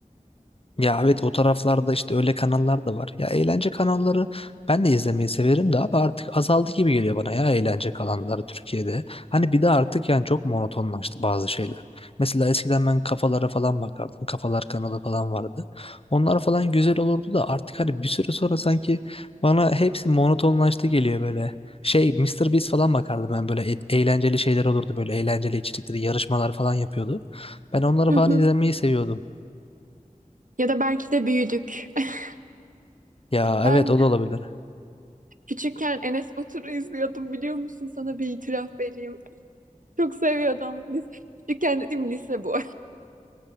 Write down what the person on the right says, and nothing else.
Hı
hı.
Ya da belki de büyüdük. <laughs>
Ben
küçükken Enes Batur'u izliyordum biliyor musun? Sana bir itiraf vereyim. Çok seviyordum. Lis- Küçükken dedim lise bu.